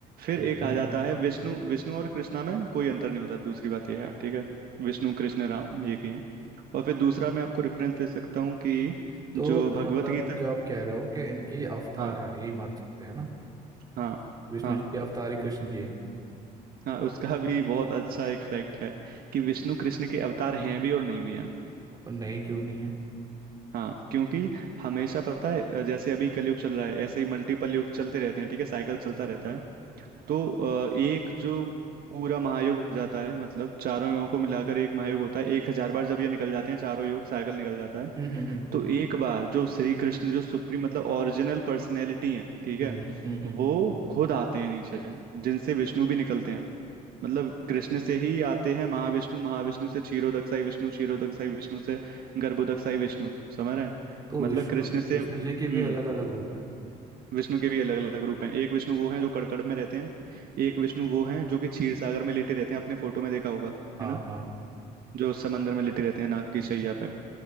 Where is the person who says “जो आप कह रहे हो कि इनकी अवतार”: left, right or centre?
Right